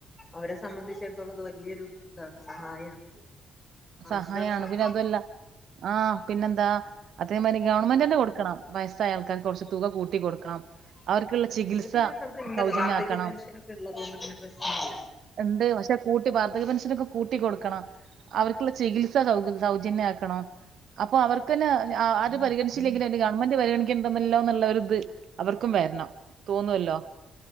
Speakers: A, on the left; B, on the right.
A: അവരെ സംബന്ധിച്ചിടത്തോളം ത് വല്യൊരു ഇതാണ് സഹായാണ്
B: സഹായാണ്
A: ആശ്വാസാണ്
B: പിന്നെ അതു അല്ല ആഹ് പിന്നെന്താ. അതേമാരി ഗവൺമെന്റ് ന്നെ കൊടുക്കണം. വയസ്സായ ആൾക്കാർക്ക്. കൊറച്ച് തുക കൂട്ടികൊടുക്കണം അവർക്കുള്ള
A: ഉം
B: ചികിത്സ
A: അത് പിന്നെ നമുക്ക് ഇണ്ടല്ലോ
B: സൗജന്യാക്കണം.
A: വാർദ്ധക്യ പെൻഷനൊക്കെ ഉള്ളത് കൊണ്ട് പിന്നെ പ്രശ്നമില്ല
B: ഇണ്ട് പക്ഷെ കൂട്ടി വാർദ്ധക്യ പെൻഷനൊക്കെ കൂ കൂട്ടികൊടുക്കണം അവർ ക്കുള്ള ചികിത്സ സൗ സൗജന്യാക്കണം അപ്പൊ അവർക്കന്നെ ആര് പരിഗണിച്ചില്ലെങ്കിലും എൻ്റെ ഗവൺമെന്റ് പരിഗണിക്കണ്ട്ന്നല്ലോ ന്നുള്ളൊരു ഇത് അവർക്കും വെരണം തോന്നുവല്ലോ